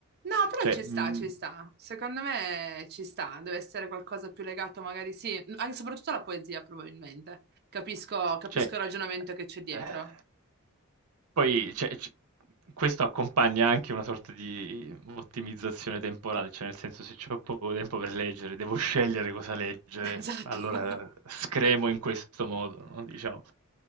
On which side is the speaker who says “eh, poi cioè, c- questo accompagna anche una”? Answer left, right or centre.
Right